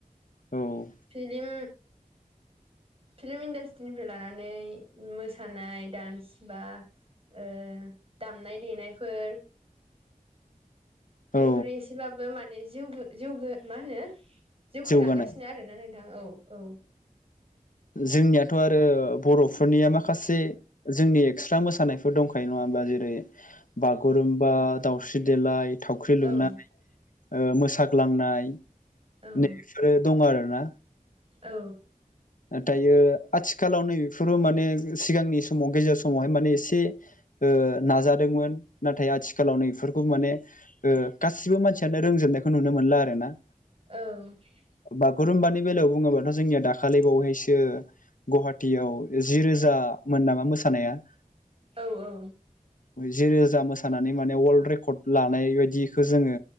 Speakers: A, on the left (about 70°); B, on the right (about 40°).
A: औ
B: फिलिम फिल्म इन्डास्ट्रिनिफ्राय लानानै मोसानाय डान्स बा ओ दामनाय देनायफोर
A: औ
B: बेफोरो एसेबाबो माने जिउ गो जिउ मा होनो जौखोलांगासिनो
A: जौगानाय
B: आरोना नोंथां औ औ
A: जोंनियाथ' आरो बर'फोरनिया माखासे जोंनि एक्सट्रा मोसानायफोर दंखायो नङाबा जेरै बागुरुमबा दाउस्रि देलाय थावख्रि लुनाय
B: औ
A: ओ मोसाग्लांनायफोर
B: औ
A: दङ आरोना
B: औ
A: दायो आथिखालाव नैबेफोरो माने सिगांनि समाव गेजेर समावहाय माने एसे ओ नाजादोंमोन नाथाय आथिखालावनो बेफोरखौ माने ओ गासिबो मानसियानो रोंजोबनायखौ नुनो मोनला आरो ना
B: औ
A: बागुरुमबानि बेलायाव बुङोब्लाथ' जोंनिया दाखा खालि बावहैसो गुहाटीयाव ज रोजामोन नामा मोसानाया?
B: औ औ
A: जिरोजा मोसानानै माने वर्ल्ड रेकर्ड लानाय बायदिखौ जोङो